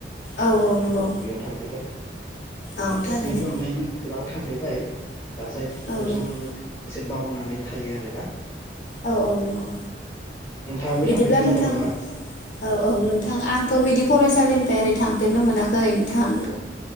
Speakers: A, on the left (about 65°); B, on the left (about 15°).
A: औ नंगौ
B: औ बेयाव थांफेरबाय
A: औ
B: आरो
A: थारैनो
B: बेनि अनगायैबो गोबां थांफेरबाय। दा जायफोरखौ
A: औ नंगौ
B: जों एसे बावनानै नानै थायो आरोना।
A: औ औ नंगौ।
B: नोंथाङाबो
A: बिदिब्ला
B: थांफेरबाय
A: नोंथां
B: जानांगौ ना
A: औ औ नोंथां आंथ' बिदि फरायसालि निफ्राय ओरै थांफेरनो मोनाखै। खै नोंथां
B: औ